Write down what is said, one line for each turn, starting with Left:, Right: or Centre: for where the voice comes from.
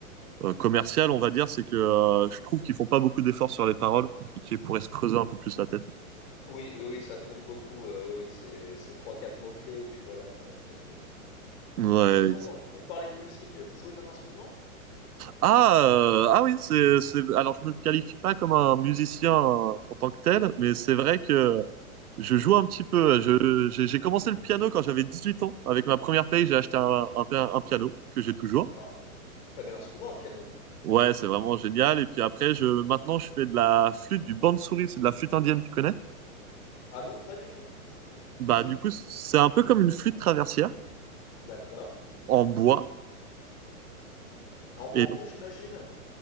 Right: euh, euh, commercial, on va dire. C'est que euh, je trouve qu'ils font pas beaucoup d'efforts sur les paroles et qu'ils pourraient se creuser un peu plus la tête.
Left: Oui, oui, oui, ça tourne beaucoup. euh, oui, oui, c'est c'est trois, quatre mots-clés, et puis voilà quoi. c'est-
Right: Ouais.
Left: Et sinon,
Right: ex-
Left: pour parler de musique, vous jouez d'un instrument?
Right: Ah, euh, ah oui, c'est, c'est, alors je me qualifie pas comme un musicien euh, en tant que tel, mais c'est vrai que je joue un petit peu.
Left: Oui.
Right: Je, j'ai j'ai commencé le piano quand j'avais 18 ans. Avec ma première paye, j'ai acheté un, un, un piano que j'ai toujours.
Left: Ah, très bel instrument, le piano.
Right: Ouais, c'est vraiment génial. Et puis après, je, maintenant, je fais de la flûte, du bansuri, c'est de la flûte indienne, tu connais?
Left: Ah non, pas du tout.
Right: Bah,
Left: Qu'est-ce donc?
Right: du coup, c'est un peu comme une flûte traversière
Left: D'accord.
Right: en bois.
Left: Mhm. En bambou,
Right: Et
Left: j'imagine?